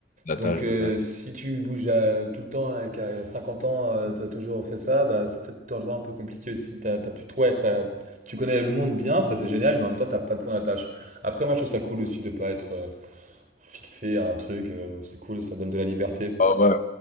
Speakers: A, on the left (about 40°); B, on the right (about 40°).
A: d'attache,
B: Donc euh,
A: d'attache.
B: si tu bouges à- tout le temps et qu'à 50 ans, euh, t'as toujours fait ça, bah, c'est peut-être un endroit un peu compliqué aussi. T'as, t'as plus trop, ouais, t'as- tu connais le monde bien, ça c'est génial, mais en même temps, t'as pas de point d'attache. Après, moi, je trouve ça cool aussi de pas être euh, fixé à un truc. euh, c'est cool, ça donne de la liberté.
A: Ah ouais,